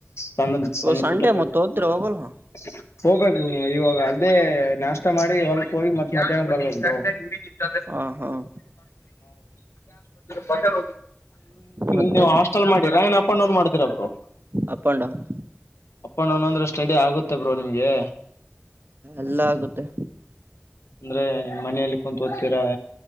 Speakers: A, on the left; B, on the right.
A: ಸಣ್ಣ
B: ಇವಾಗ
A: ಸಣ್ಣ
B: ಸಂಡೇ
A: ಪುಟ ಕೆಲ್ಸ
B: ಮತ್ತು ಹೋದ್ರೆ ಹೋಗಲ್ವಾ
A: ಹ ಹೋಗ್ಬೇಕು ಇವಾಗ ಅಲ್ಲದೆೇ ನಾಷ್ಟ ಮಾಡಿ ಹೊಲ್ಕ್ ಹೋಗಿ ಮತ್ ಮಧ್ಯಾಹ್ನ ಬರ್ಬೇಕ
B: ಹಾಂ ಹಾಂ
A: ಬಟನ್
B: ಮತ್ತೆ
A: ನೀವು ಹಾಸ್ಟೆಲ್ ಮಾಡಿರಾ ಏನ್ ಅಪಂಡೌನ್ ಮಾಡಿದಿರಬ್ರು
B: ಅಪ್ ಆ್ಯಂಡ್ ಡೌನ್
A: ಅಪ್ಪಣ್ಣನ ಅಂದ್ರೆ ಸ್ಟಡಿ ಆಗುತ್ತೆ ಬ್ರೋ ನಿಮ್ಗೆ
B: ಎಲ್ಲ ಆಗುತ್ತೆ
A: ಅಂದ್ರೆ ಮನೆಯಲ್ಲಿ ಕುತ್ ಓದ್ತೀರಾ